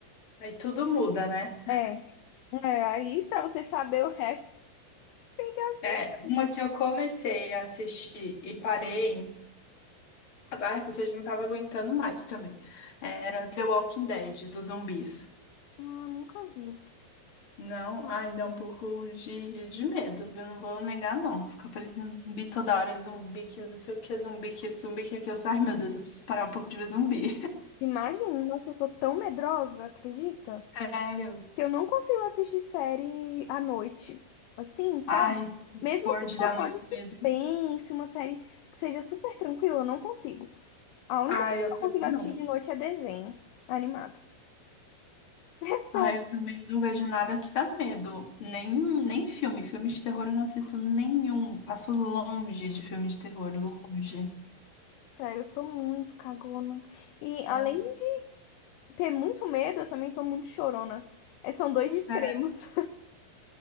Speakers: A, on the left (about 55°); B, on the left (about 80°).
A: Aí tudo muda, né?
B: É, é, aí pra você saber o resto, <laughs> tem que assistir.
A: É, uma que eu comecei a assistir e parei, ah, porque eu já não tava aguentando mais também. Era The Walking Dead, dos zumbis.
B: Ah, nunca vi.
A: Não, ai, dá um pouco de, de medo, viu? Não vou negar, não. Ficar parecendo zumbi toda hora, é zumbi que não sei o que, é zumbi que isso, zumbi que é aquilo. Eu falei, Ai, meu Deus, eu preciso parar um pouco de ver zumbi.
B: Imagina, nossa, eu sou tão medrosa, acredita?
A: <laughs> Sério?
B: Que eu não consigo assistir série à noite. Assim, sabe?
A: Ai, se
B: Mesmo
A: for
B: se
A: de
B: for
A: dar
B: só
A: muito
B: de suspense,
A: medo.
B: uma série que seja super tranquila, eu não consigo. A única
A: Ai,
B: coisa
A: eu
B: que eu
A: também
B: consigo assistir
A: não.
B: de noite é desenho animado. <laughs> É sério.
A: Ai, eu também não vejo nada que dá medo. Nem, nem filme. Filme de terror eu não assisto nenhum. Passo longe de filme de terror, longe.
B: Sério, eu sou muito cagona. E
A: Ai,
B: além
A: eu-
B: de ter muito medo, eu também sou muito chorona. É, são dois
A: sério.
B: extremos. <laughs>